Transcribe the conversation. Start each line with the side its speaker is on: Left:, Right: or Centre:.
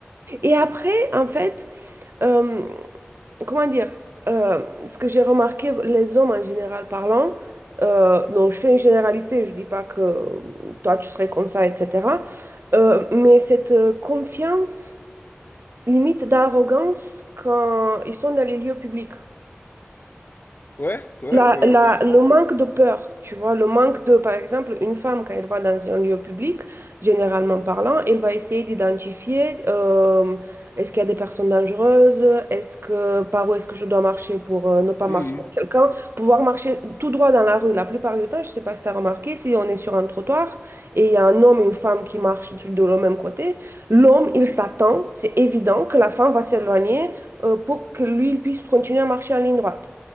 Right: Et après, en fait, euh, comment dire, euh, ce que j'ai remarqué, les hommes en général parlant, euh, donc je fais une généralité, je dis pas que toi tu serais comme ça, etc. euh, mais cette euh, confiance, limite d'arrogance quand ils sont dans les lieux publics.
Left: Ouais, ouais,
Right: La,
Left: c'est
Right: la-
Left: intéressant.
Right: le manque de peur, tu vois, le manque de, par exemple, une femme, quand elle va dans un lieu public, généralement parlant, elle va essayer d'identifier, euh, est-ce qu'il y a des personnes dangereuses, est-ce que, par où est-ce que je dois marcher pour euh, ne pas marcher
Left: Mhm.
Right: avec quelqu'un, pouvoir marcher tout droit dans la rue. La plupart du temps, je ne sais pas si tu as remarqué, si on est sur un trottoir et il y a un homme et une femme qui marchent du- de le même côté, l'homme, il s'attend, c'est évident que la femme va s'éloigner, euh, pour que lui, il puisse continuer à marcher en ligne droite.